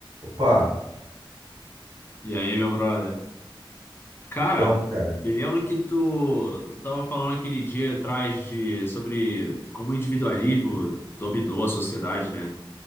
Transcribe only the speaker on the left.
E aí, meu brother? Cara,
me lembro que tu, tu tava falando aquele dia atrás de, sobre como o individualismo dominou a sociedade, né?